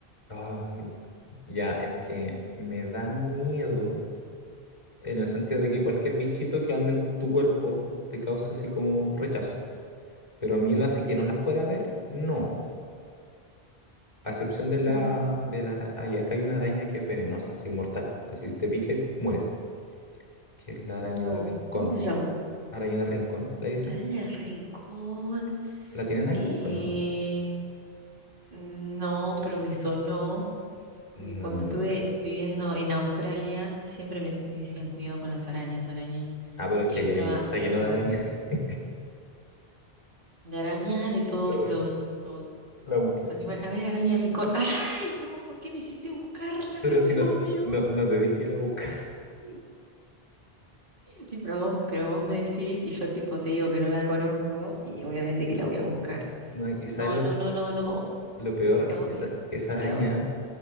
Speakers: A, on the left; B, on the right.
A: ay, ya, es que me dan miedo en el sentido de que cualquier bichito que ande en tu cuerpo te causa así como rechazo. Pero miedo así que no las pueda ver, no. A excepción de
B: Ujú.
A: la, de la ara- ay, acá hay una araña que es venenosa, así mortal. Así te pica y mueres. Que es la araña
B: No,
A: de rincón.
B: ¿cómo se llama?
A: Araña de rincón, le dicen.
B: La araña del rincón.
A: ¿La tienen ahí,
B: eh,
A: bueno, o no?
B: no, pero me sonó, porque
A: No.
B: cuando estuve
A: no,
B: viviendo en Australia, siempre me, me decían, cuidado con las arañas, araña.
A: Ah, pero es
B: Y
A: que
B: yo
A: ahí
B: estaba,
A: hay- está
B: o
A: lleno
B: sea,
A: de arañas. <laughs>
B: la araña de todos
A: Uy,
B: los, los
A: la busqué.
B: animales. A ver, araña del rincón. ¡Ay, no! ¿Por qué me hiciste buscarla?
A: Pero si
B: Te
A: no,
B: odio.
A: no, no te dije que la buscara. <laughs>
B: Sí, pero vos, pero vos me decís y yo tipo te digo que no la conozco y obviamente que la voy a buscar.
A: No, no, y sabes
B: No,
A: lo,
B: no, no, no, no,
A: lo peor es
B: la
A: que
B: odio,
A: esa, esa
B: ya
A: araña
B: la odio.